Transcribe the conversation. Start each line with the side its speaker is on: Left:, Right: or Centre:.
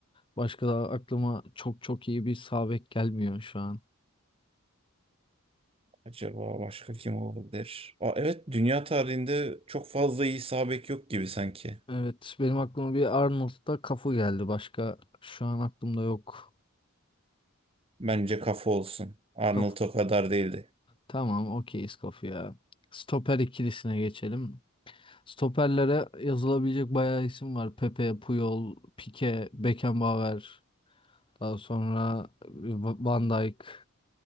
Left: Başka da aklıma çok çok iyi bir sağ bek gelmiyor şu an.
Right: Acaba başka kim olabilir? Aa, evet dünya tarihinde çok fazla iyi sağ bek yok gibi sanki.
Left: Evet, benim aklıma bir Arnold'da Cafu geldi. Başka şu an aklımda yok.
Right: Bence kafa olsun. Arnold
Left: Cafu.
Right: o kadar değildi.
Left: Tamam, okeyiz Cafu'ya. Stoper ikilisine geçelim. Stoperlere yazılabilecek bayağı isim var. Pepe, Puyol, Pique, Beckenbauer. Daha sonra Van Dijk,